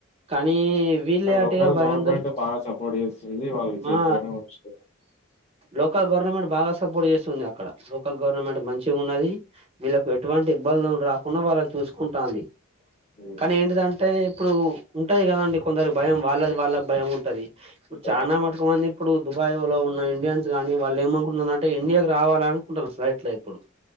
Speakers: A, on the right (about 30°); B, on the left (about 30°).
A: కానీ వీళ్ళే
B: ఇక్క లోకల్
A: అటిగా భయందోళన
B: గవర్నమెంట్ బాగా సపోర్ట్ చేస్తుంది వాళ్ళు
A: మా
B: సేఫ్ గానే ఉంచుత
A: లోకల్ గవర్నమెంట్ బాగా సపోర్ట్ చేస్తుంది అక్కడ లోకల్ గవర్నమెంట్ మంచిగా ఉన్నది వీళ్ళలకు ఎటువంటి ఇబ్బందులు రాకుండా వాళ్ళని చూసుకుంటాంది
B: హ్మ్.
A: కానీ ఏంటిదంటే ఇప్పుడు ఉంటది కదాండి కొందరి భయం వాళ్ళది వాళ్ళ భయం ఉంటది ఇప్పుడు
B: ఉంటారు.
A: చాలనాా మటుకంమంది ఇప్పుడు దుబాయ్ లో ఉన్న ఇండియన్స్ కానీ వాళ్ళు ఏమనుకుంటున్నారుారంటే ఇండియాకి రావాల అనుకుంటన్నారు ఫ్లైట్ లో ఇప్పుడు